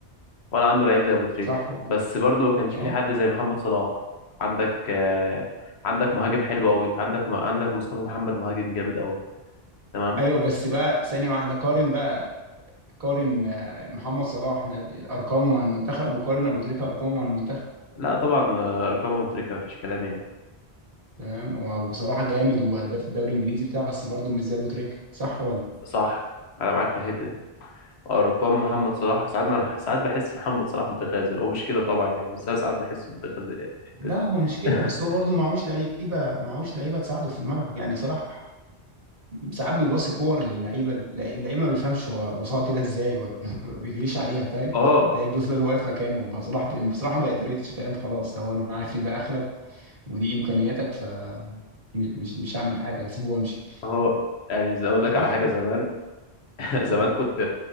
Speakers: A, on the left; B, on the right.
A: ولا عنده لعيب زي ابو تريكة
B: صح
A: بس برضو ما كانش
B: اه
A: في حد زي محمد صلاح عندك آه، عندك مهاجم حلو قوي عندك عندك مصطفى محمد مهاجم جامد قوي تمام
B: ايوه بس بقى ثانية واحدة قارن بقى قارن آه، محمد صلاح ن- ارقامه مع المنتخب وقارن ابو تريكة ارقامه مع المنتخب
A: لا طبعا آه، ارقام ابو تريكة ما فيش كلام يعني
B: تمام هو ابو صلاح جامد وهداف الدوري الانجليزي بتاعه بس برضه مش زي ابو تريكة صح ولا
A: صح انا معاك في الحته دي ارقام محمد صلاح ساعات ما <laughs> ساعات بحس محمد صلاح متخاذل هو مش كده طبعا يعني بس انا ساعات بحسه متخاذل يعني في الحته
B: لا
A: دي
B: هو مش كده
A: <laughs>
B: بس هو برضه معهوش لعيبة معهوش لعيبة تساعده في الملعب يعني صلاح ساعات بيباصي كور للعيبه اللعيبه ما بيفهمش هو باصاها كده ازاي ولا <laughs> ما بيجريش عليها فاهم
A: اه
B: اللعيب بيفضل واقف مكانه بصراحه بصراحه ما بيعترضش فاهم خلاص هو انا عارف ان ده اخرك ودي امكانياتك ف مش مش هعمل حاجه هسيبه وامشي
A: اه يعني اقول لك
B: صح
A: على حاجه زمان <laughs> زمان
B: مم.
A: كنت